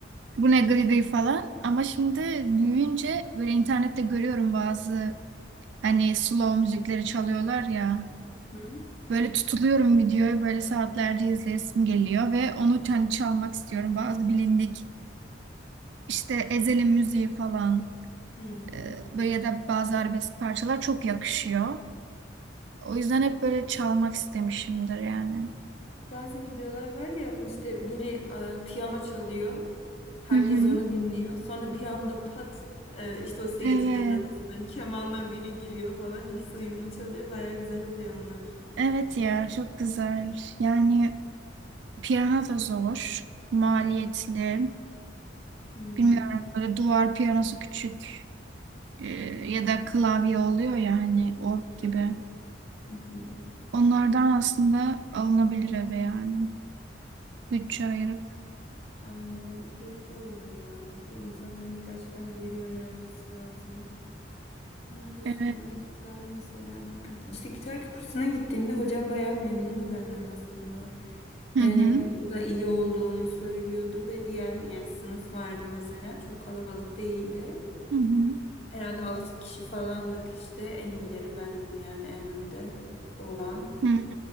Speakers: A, on the right; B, on the left.
A: Bu ne gıy gıy falan. Ama şimdi büyüyünce böyle internette görüyorum bazı hani slow müzikleri çalıyorlar ya.
B: Hı.
A: Böyle tutuluyorum videoyu böyle saatlerce izleyesim geliyor ve onu kendi çalmak istiyorum. Bazı bilindik işte Ezel'in müziği falan
B: Hmm.
A: e, böyle ya da bazı arabesk parçalar çok yakışıyor. O yüzden hep böyle çalmak istemişimdir yani.
B: Bazı videolar var ya işte biri e, piyano çalıyor. Herkes
A: Hı hı.
B: onu dinliyor. Sonra bir anda pat e, işte o seyircilerin
A: Evet.
B: arasından kemanla biri giriyor falan. İkisi uyumlu çalıyor. Baya güzel oluyor onlar.
A: Evet ya çok güzel. Yani piyano da zor, maliyetli.
B: Hmm.
A: Bilmiyorum böyle duvar piyanosu küçük e, ya da klavye oluyor yani org
B: Hı
A: gibi.
B: hı. Hı hı.
A: Onlardan aslında alınabilir eve yani. Bütçe ayırıp.
B: Aynen ya keyifli oluyor ya. Bir de insan bence gerçekten bir yere yönelmesi lazım. Onun dışında
A: Evet.
B: gitar mesela işte gitar kursuna gittiğimde hocam bayağı memnundu benden aslında.
A: Hı
B: Yani
A: hı.
B: o da iyi olduğumu söylüyordu ve diğer yani sınıf vardı mesela çok kalabalık değildi.
A: Hı hı.
B: Herhalde 6 kişi falandık işte en iyileri bendim yani en önde olan.
A: Hı hı.